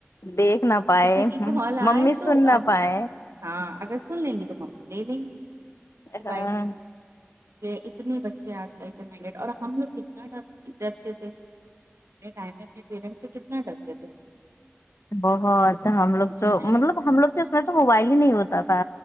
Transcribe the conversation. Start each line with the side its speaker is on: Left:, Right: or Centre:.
Left: دیکھ نہ پائے
Right: کسی کی کال
Left: ممی
Right: آئے تو
Left: سن نہ
Right: اب
Left: پائے
Right: ہاں اگر سن لیں گی تو لے لیں گے
Left: ہاں
Right: بائے کہ اتنے بچے آج کل کے مڈٹ اور ہم لوگ کتنا ڈھتے تھے اپنے ٹائم میں اپنے پیرنٹس سے کتنا ڈرتے تھے
Left: بہت ہم لوگ تو
Right: جو ہے
Left: مطلب ہم لوگ تو اس میں تو موبائل ہی نہیں ہوتا تھا